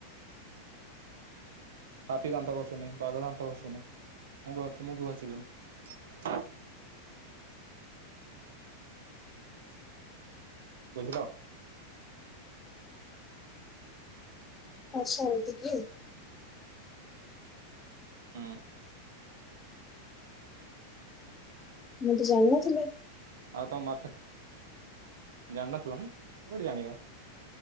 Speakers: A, on the right; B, on the left.
A: ହାତୀ ଦାନ୍ତ ଘସୁନି ବାଘ ଦାନ୍ତ ଘଷୁନି ମୁଁ ମୁଁ ବି ଘଷିବିନି। ବୁଝିଲ?
B: ହସମ ଟିକେ।
A: ହଁ।
B: ମୁଁ ତ ଜାଣିିନଥିଲେ।
A: ଆଉ ତ ମାଛ ଜାଣନଥିଲ ନା କୋଉଠି ଜାଣିବ?